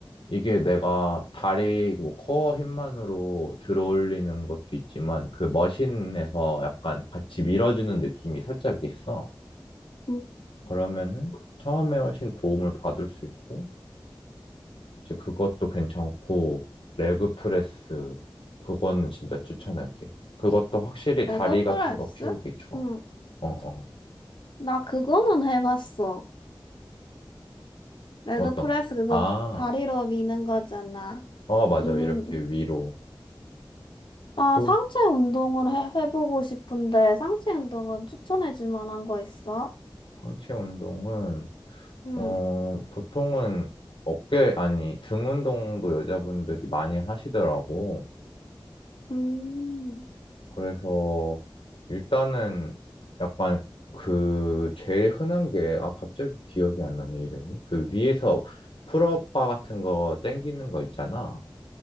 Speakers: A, on the left; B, on the left.
A: 이게 내가 다리 뭐 코어 힘만으로 들어올리는 것도 있지만 그 머신에서 약간 같이 밀어주는 느낌이 살짝 있어.
B: 음.
A: 그러면은 처음에 훨씬 도움을 받을 수 있고, 이제 그것도 괜찮고, 레그 프레스, 그거는 진짜 추천할게. 그것도 확실히 다리
B: 레그
A: 같은
B: 프레스?
A: 거 키우기 좋아.
B: 응,
A: 어, 어.
B: 나 그거는 해봤어. 레그
A: 어떤
B: 프레스
A: 거?
B: 그거
A: 아,
B: 다리로 미는 거잖아.
A: 어, 맞아.
B: 음,
A: 이렇게 위로.
B: 나
A: 또
B: 상체 운동을 해, 해보고 싶은데 상체 운동은 추천해줄 만한 거 있어?
A: 상체 운동은,
B: 응,
A: 어, 보통은 어깨, 아니, 등 운동도 여자분들이 많이 하시더라고.
B: 음,
A: 그래서 일단은 약간 그 제일 흔한 게, 아, 갑자기 기억이 안 나네, 이름이. 그 위에서 풀업바 같은 거 땡기는 거 있잖아.